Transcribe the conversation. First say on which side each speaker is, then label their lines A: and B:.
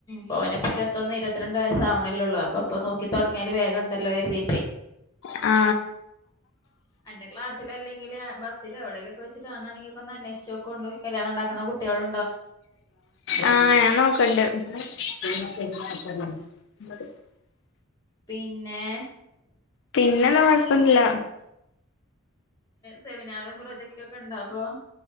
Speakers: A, on the left (about 15°); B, on the left (about 60°).
A: പോവന ഇപ്പോ ഇരുപത്തൊന്ന് ഇരുപത്തിരണ്ട് വയസ്സവണല്ലോള്ള അപ്പൊപ്പ നോക്കി തുടങ്ങിയല് വേഗംണ്ടല്ലോ ര്തി
B: ആ.
A: അന്റെ ക്ലാസ്സില അല്ലങ്കിൽ ബസ്ലോടെലൊക്കെ വെച്ച് കാണെങ്കിക്കെ ഒന്ന് അന്വേഷിച്ചോക്കണ്ട് കല്യാണം ഉണ്ടാക്കണ കുട്ടികളു
B: ആഹ് ഞാൻ <unintelligible>
A: പിന്നെ
B: പിന്നെന്താ കൊഴപ്പന്നുല്ല
A: സെമിനാറും പ്രൊജക്ടക്കെണ്ടപ്പൊ?